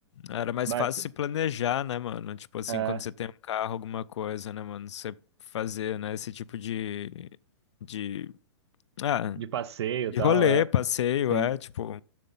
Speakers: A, on the left; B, on the right.
A: Era mais
B: Mas,
A: fácil se planejar, né, mano? Tipo assim,
B: é,
A: quando você tem um carro, alguma coisa, né, mano? Você fazer, né, esse tipo de, de, ah,
B: de passeio
A: de
B: e tal,
A: rolê,
B: é,
A: passeio,
B: sim,
A: é, tipo,